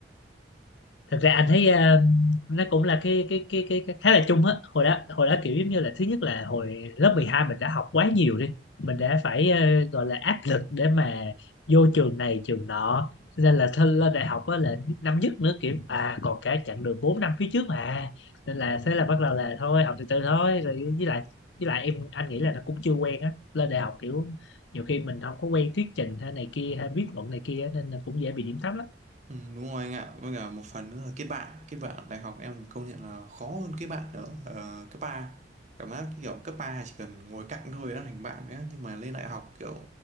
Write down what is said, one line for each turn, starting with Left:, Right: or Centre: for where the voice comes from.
Left: thật ra anh thấy ờ, nó cũng là cái cái cái cái, cái khá là chung á hồi đó hồi đó kiểu giống như là thứ nhất là hồi lớp 12 mình đã học quá nhiều đi mình đã phải ờ, gọi là áp lực để mà vô trường này trường nọ Cho nên là thân lên đại học á là năm nhất nữa kiểu à còn cả chặng đường 4 năm phía trước mà nên là thế là bắt đầu là thôi học từ từ thôi rồi với lại với lại em anh nghĩ là nó cũng chưa quen á lên đại học kiểu nhiều khi mình không có quen thuyết trình hay này kia hay viết luận này kia nên là cũng dễ bị điểm thấp lắm
Right: Ừ, đúng rồi anh ạ với cả một phần nữa là kết bạn kết bạn đại học em công nhận là khó hơn kết bạn ở ờ, cấp 3. cảm giác cái kiểu cấp 3 chỉ cần ngồi cạnh thôi đã thành bạn nữa nhưng mà lên đại học kiểu